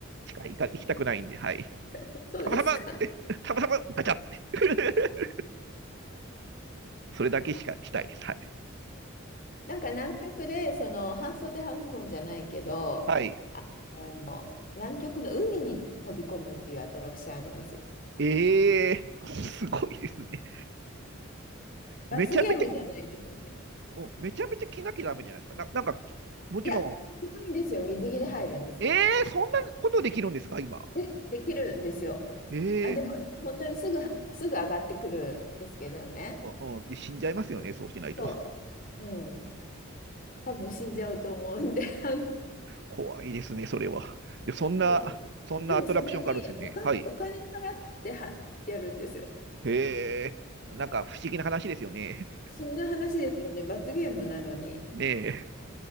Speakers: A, on the right; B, on the left.
A: 近い行きたくないんで、はい。
B: <laughs> そうですか。
A: たまたまって、たまたまガチャって。<laughs> それだけしかしたいです。はい。
B: なんか南極でその半袖半ズボンじゃないけど、
A: はい。
B: もう南極の海に飛び込むっていうアトラクションありますよ。
A: ええー、すごいですね。
B: 罰ゲームじゃないんですよね。
A: めちゃめちゃ、おめちゃめちゃ着なきゃダメじゃないですか。ななんか、もちろ
B: いや、ないんですよ。水着で入るんです。
A: ん、ええー、そんなことできるんですか、今。
B: で、できるんですよ。
A: ええ
B: あ、でも本当にすぐ、すぐ上がってくるんですけどね。
A: ー、うん、で死んじゃいますよね、
B: でそ
A: そうしないと。
B: う、うん。多分死んじゃうと思うんで、<laughs> あの、
A: 怖いですね、それは。でそんな、
B: そうです。
A: そんなアトラクションがあるんですよね。
B: でもそれにおか、
A: はい。
B: お金払ってはやるんですよ。
A: へえ、なんか不思議な話ですよね。
B: 不思議な話ですよね。罰ゲームなのに。
A: ねえ。